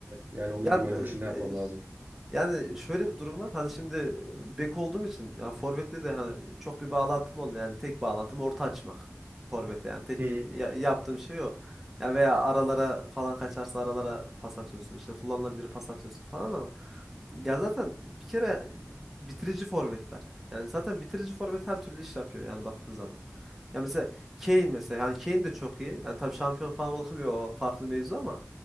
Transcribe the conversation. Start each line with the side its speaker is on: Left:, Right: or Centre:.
Right: e, yani onun
Centre: ya
Right: gibi oynamak için ne yapmam
Centre: e, e,
Right: lazım?
Centre: yani şöyle bir durum var. Hani şimdi e, bek olduğum için ya forvette de hani çok bir bağlantım olmuyor. Yani tek bağlantım orta açmak. Forvete yani tek
Right: Hı
Centre: ya-
Right: hı,
Centre: yaptığım şey o. Ya veya aralara falan kaçarsa aralara pas atıyorsun. İşte kullanılabilir pas atıyorsun falan ama Ya zaten bir kere bitirici forvetler. Yani zaten bitirici forvet her türlü iş yapıyor yani baktığın zaman. Ya mesela Kane mesela yani Kane de çok iyi. Yani tabii şampiyon falan <laughs> olamıyor o farklı mevzu ama